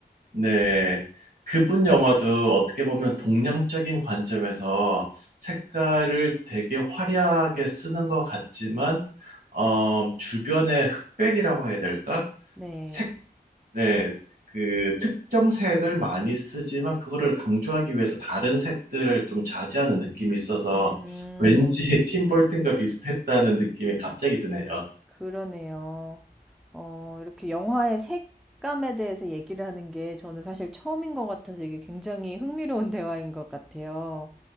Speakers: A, on the right; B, in the centre.
A: 네. 그분 영화도 어떻게 보면 동양적인 관점에서 색깔을 되게 화려하게 쓰는 것 같지만, 어, 주변의 흑백이라고 해야 될까?
B: 네.
A: 색 네, 그 특정 색을 많이 쓰지만 그거를 강조하기 위해서 다른 색들을 좀 자제하는 느낌이 있어서
B: 음.
A: 왠지 <laughs> 팀 버튼과 비슷했다는 느낌이 갑자기 드네요.
B: 그러네요. 어 이렇게 영화의 색감에 대해서 얘기를 하는 게 저는 사실 처음인 것 같아서 이게 굉장히 흥미로운 <laughs> 대화인 것 같아요.